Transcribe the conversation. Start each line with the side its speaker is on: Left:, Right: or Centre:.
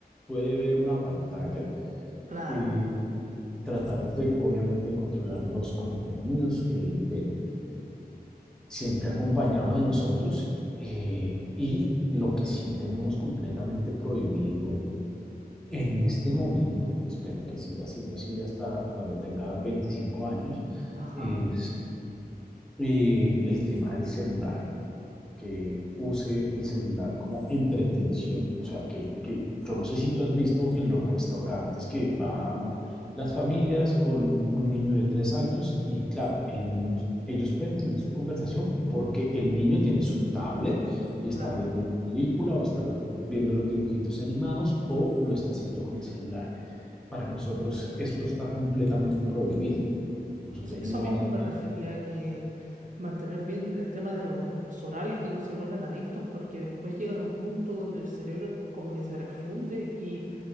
Centre: puede ver una pantalla.
Right: claro,
Centre: Eh, tratamos de, obviamente, de controlar los contenidos que él ve, siempre acompañado de nosotros. eh, y lo que sí tenemos completamente prohibido en este momento, espero que siga siendo así hasta cuando tenga 25 años,
Right: ajá,
Centre: es eh, el tema del celular, que él use el celular como entretención, o sea, que, que yo no sé si tú has visto en los restaurantes que van las familias con un niño de tres años y claro, el niño, ellos pueden tener su conversación porque el niño tiene su tablet y está
Right: claro.
Centre: viendo una película o está lo- viendo los dibujitos animados o lo está haciendo con el celular para nosotros eso está completamente prohibido. Nosotros
Right: Sí, Eso
Centre: no
Right: mismo
Centre: hacemos,
Right: me refería a que mantener bien el tema de los hor- horarios, que no se vuelvan adictos, porque después llegan a un punto donde el cerebro como que se les funde